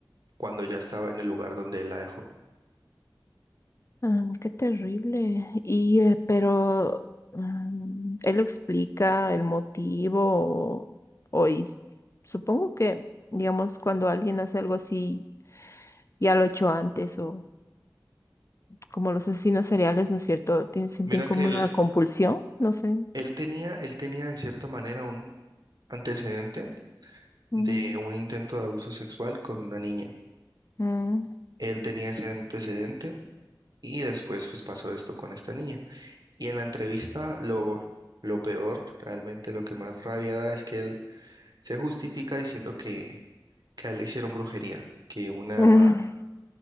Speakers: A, on the right; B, on the left.
A: cuando ya estaba en el lugar donde él la dejó.
B: Ah, qué terrible. Y, eh, pero, mm, él explica el motivo o, o y s- supongo que, digamos, cuando alguien hace algo así, ya lo ha hecho antes o como los asesinos seriales, ¿no es cierto? Tien- sienten
A: Mira
B: como
A: que él,
B: una compulsión, no sé.
A: él tenía, él tenía de cierta manera un antecedente de
B: Mm,
A: un intento de abuso sexual con una niña.
B: mm,
A: Él tenía ese antecedente y después pues pasó esto con esta niña. Y en la entrevista lo, lo peor, realmente lo que más rabia da es que él se justifica diciendo que, que a él le hicieron brujería, que una,
B: Mm,